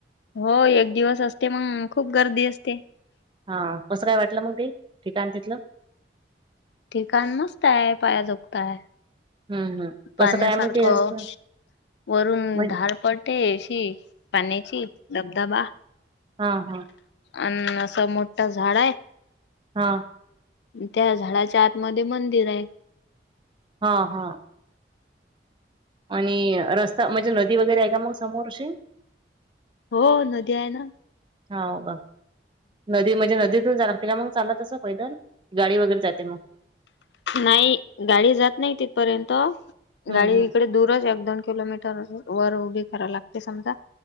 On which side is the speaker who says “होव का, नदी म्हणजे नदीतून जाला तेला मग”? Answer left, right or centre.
Right